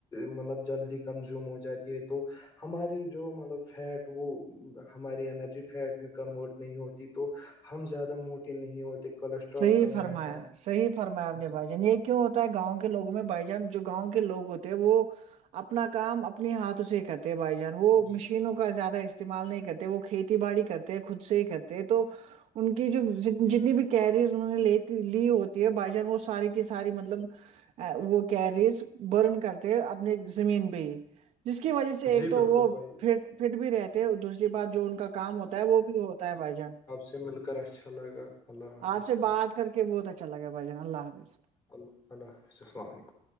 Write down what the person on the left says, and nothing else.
مطلب جلدی کنزیوم ہو جاتی ہے تو ہماری جو مطلب فیٹ وہ ہماری انرجی فیٹ میں کنورٹ نہیں ہوتی تو ہم زیادہ موٹے نہیں ہوتے کولیسٹرول
کم
رہتا ہے
جی
جی
جی
بالکل
بھائی
سمل کراچھا لگا اللہ حافظ
اللہ اللہ حافظ السلام علیکم